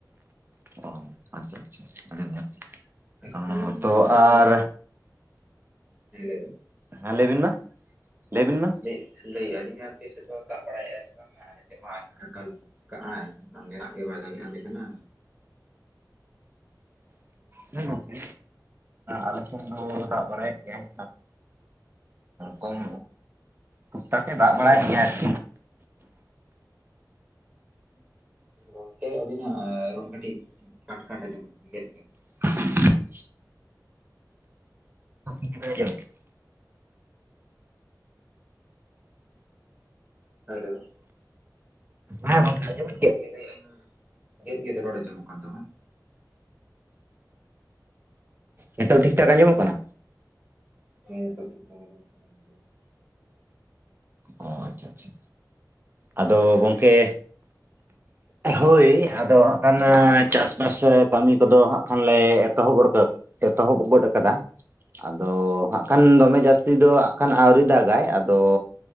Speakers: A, on the right; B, in the centre.
A: ᱚ ᱟᱪᱪᱷᱟ ᱟᱪᱪᱷᱟ ᱟᱹᱰᱤ ᱢᱚᱡ ᱾
B: ᱟᱨ
A: ᱚ
B: ᱛᱟᱦᱚᱞᱮ
A: ᱦᱚᱭᱛᱚ
B: ᱟᱯᱮ ᱥᱮᱫ
A: ᱟᱨ
B: ᱫᱚ ᱦᱮᱸ ᱞᱟᱹᱭ ᱵᱮᱱ ᱾
A: ᱦᱮᱸ ᱞᱟᱹᱭᱵᱤᱱ ᱢᱟ ᱞᱟᱹᱭᱵᱤᱱ ᱢᱟ ᱾
B: ᱞᱟᱹᱭ ᱞᱟᱹᱭ ᱟᱞᱤᱧᱟ ᱟᱯᱮ ᱥᱮᱫ ᱫᱚ ᱫᱟᱜ ᱵᱟᱲᱟᱭᱮᱫᱟᱭ ᱥᱮ ᱵᱟᱝ? ᱦᱸ ᱟᱞᱮᱥᱮᱫ ᱢᱟ ᱟᱞ ᱟᱠᱟᱞ ᱠᱟᱜᱟᱭ ᱱᱚᱰᱮ ᱫᱟᱜ ᱜᱮ ᱵᱟᱭ ᱫᱟᱜᱮᱜ ᱟᱞᱮ ᱠᱟᱱᱟ
A: ᱦᱮᱸ ᱜᱚᱝᱠᱮ ᱟᱞᱮ ᱥᱮᱱ ᱫᱚ ᱫᱟᱜ ᱵᱟᱲᱟᱭᱮᱫ ᱜᱮᱭᱟᱭ
B: ᱟᱪᱪᱷᱟ
A: ᱠᱚᱢ ᱴᱩᱠᱴᱟᱠᱮ ᱫᱟᱜ ᱵᱟᱲᱟᱭᱮᱫ ᱜᱮᱭᱟ ᱟᱨᱠᱤ
B: ᱜᱚᱝᱠᱮ ᱟᱹᱵᱤᱱᱟᱜ ᱨᱚᱲ ᱠᱟᱹᱴᱤᱡ ᱠᱟᱴ ᱠᱟᱴ ᱟᱸᱡᱚᱢᱚᱜ ᱠᱟᱱᱟ ᱜᱮᱫ ᱜᱚᱫ ᱾
A: <inaudible> <unintelligible>
B: ᱦᱮᱞᱳ ᱾
A: ᱦᱮᱸ ᱜᱚᱝᱠᱮ ᱟᱸᱡᱚᱢᱮᱜ
B: ᱜᱚᱝᱠᱮ ᱞᱟᱹᱭ ᱟᱹᱧ ᱜᱮᱫ ᱜᱮᱫ ᱨᱚᱲ ᱟᱸᱡᱚᱢᱚᱜ ᱠᱟᱱ ᱛᱟᱢᱟ ᱾
A: ᱱᱤᱛᱚᱜ ᱴᱷᱤᱠ ᱴᱷᱟᱠ ᱟᱧᱡᱚᱢᱚᱜ ᱠᱟᱱᱟ?
B: ᱦᱮᱸ ᱱᱮᱛᱚᱜ ᱴᱷᱤᱠ ᱴᱷᱟᱠ ᱟᱸᱡᱚᱡᱚᱜ ᱠᱟᱱᱟ ᱢᱚᱡ ᱜᱮ ᱾
A: ᱚ ᱟᱪᱪᱷᱟ ᱟᱪᱪᱷᱟ ᱟᱫᱚ ᱜᱚᱝᱠᱮ
B: <inaudible>
A: ᱦᱳᱭ ᱟᱫᱚ ᱦᱟᱸᱜ ᱠᱷᱟᱱ ᱪᱟᱥᱵᱟᱥ ᱠᱟᱹᱢᱤ ᱠᱚᱫᱚ ᱦᱟᱸᱜ ᱠᱷᱟᱱᱞᱮ ᱮᱛᱚᱦᱚᱵ ᱜᱚᱫ ᱮᱛᱚᱦᱚᱵ ᱜᱚᱫ ᱟᱠᱟᱫᱟ ᱟᱫᱚ
B: ᱟᱪᱪᱷᱟ
A: ᱦᱟᱸᱜ ᱠᱷᱟᱱ ᱫᱚᱢᱮ ᱡᱟᱹᱥᱛᱤ ᱫᱚ ᱦᱟᱸᱜ ᱠᱷᱟᱱ ᱟᱹᱣᱨᱤ ᱫᱟᱜᱟᱭ ᱟᱫᱚ